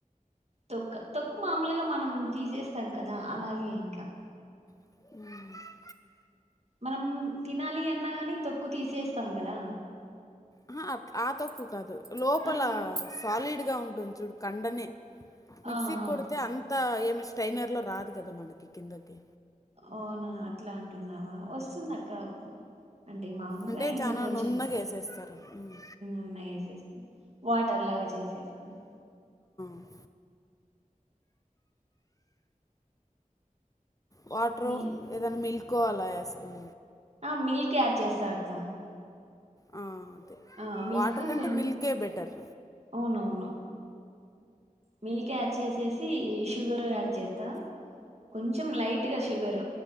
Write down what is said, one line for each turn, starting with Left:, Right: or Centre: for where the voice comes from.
Right: తొక్క తొక్కు మామూలుగా మనం తీసేస్తాం కదా అలాగే ఇంకా
Left: మ్మ్
Right: మనం తినాలి అన్నా గాని తొక్కు తీసేస్తాం గదా
Left: అహా ఆ తొక్కు కాదు లోపల
Right: ఆ
Left: సాలిడ్గా ఉంటుంది చూడు కండనే మిక్సీకి
Right: ఆ ఆ
Left: కొడితే అంతా ఏమి స్ట్రైనర్ లో రాదు గద మనకి కిందకి
Right: అవునా అట్లా అంటున్నావా వస్తుందక్ అంటే మాములుగా
Left: అంటే
Right: ఇంగ
Left: చాలా
Right: కొంచుం
Left: నున్నగా వేసేస్తారు ఉమ్.
Right: ఉన్నాయి ఎసేసి వాటర్ లాగా చేసేసుకున్నా
Left: ఆ. వాట్రో
Right: మీ
Left: ఏదైనా మిల్కో అలా ఏసుకుం
Right: ఆ మిల్క్ ఆడ్ చేస్తా అక్క
Left: ఆ అదే
Right: ఆ మిల్క్
Left: వాటర్ కంటే
Right: కొం
Left: మిల్కే బెటర్
Right: అవునవును మిల్క్ యాడ్ చేసేసి ఈ షుగర్ యాడ్ చేత్తా కొంచెం లైట్ గా షుగర్